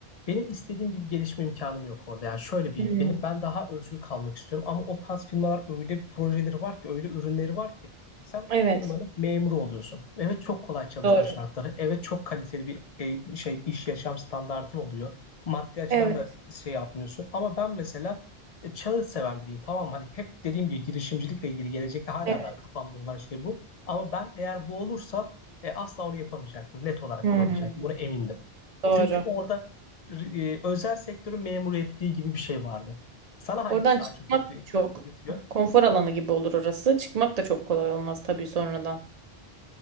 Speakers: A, on the left; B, on the right.
A: benim istediğim gibi gelişme imkanım yok orada. Yani şöyle bir
B: Hmm,
A: benim ben daha özgür kalmak istiyorum ama o tarz firmalar öyle projeleri var ki, öyle ürünleri var ki sen
B: Evet.
A: o firmanın memuru oluyorsun. Evet çok kolay çalışma
B: Doğru.
A: şartları. Evet çok kaliteli bir e, şey iş yaşam standartın oluyor. Maddi açıdan
B: Evet.
A: da şey yapmıyorsun. Ama ben mesela e, challenge seven biriyim tamam mı? Hani hep dediğim gibi girişimcilikle ilgili gelecekte hala
B: Evet.
A: daha kafamda olan şey bu. Ama ben eğer bu olursa e, asla onu yapamayacaktım. Net olarak
B: Hmm,
A: yapamayacaktım. Buna emindim.
B: Doğru.
A: Çünkü orada e, özel sektörün memur ettiği gibi bir şey vardı. Sana hangisi
B: Oradan
A: daha
B: çıkmak
A: çok yatıyor?
B: da çok
A: yatıyor?
B: konfor alanı gibi olur orası. Çıkmak da çok kolay olmaz tabii sonradan.